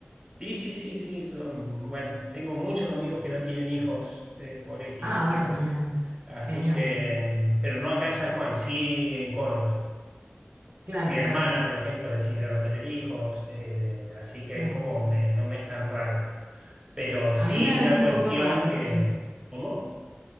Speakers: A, on the right (about 15°); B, on the right (about 60°).
A: sí, sí, sí, sí, son- bueno, tengo muchos amigos que no tienen hijos eh, por X
B: Ah,
A: motivos.
B: bueno, genial,
A: Así
B: genial.
A: que, pero no acá en San Juan, sí en Córdoba.
B: Claro,
A: Mi hermana,
B: claro,
A: por ejemplo, decidió no tener hijos, eh, así que
B: claro.
A: es como, me- no me es tan raro. Pero sí
B: A mí me
A: es una
B: es un
A: cuestión
B: poco raro,
A: que...
B: sí.
A: ¿Cómo?